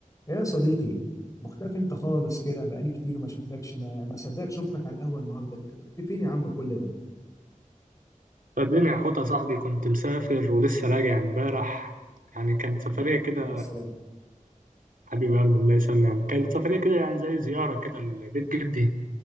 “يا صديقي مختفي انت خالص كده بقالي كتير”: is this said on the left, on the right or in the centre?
Left